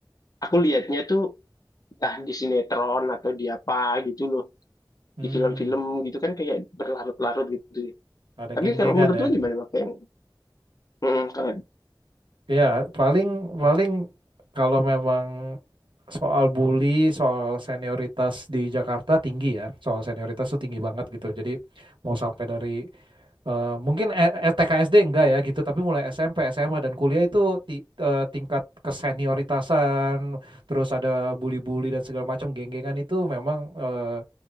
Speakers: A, on the left; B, on the right.
A: aku lihatnya tuh entah di sinetron atau di apa gitu loh,
B: Hmm.
A: di film-film gitu kan kayak berlarut-larut gitu ya.
B: Ada
A: Tapi
B: geng-gengan
A: kalau menurut
B: ya.
A: lu gimana Bang? Kayak, mm, kalau,
B: Ya, paling paling kalau memang soal bully, soal senioritas di Jakarta tinggi ya. Soal senioritas tuh tinggi banget gitu. Jadi mau sampai dari eh, mungkin E- E- T K s d enggak ya gitu, tapi mulai SMP, SMA dan kuliah itu ti- eh, tingkat kesenioritasan, terus ada bully-bully dan segala macam geng-gengan itu memang eh,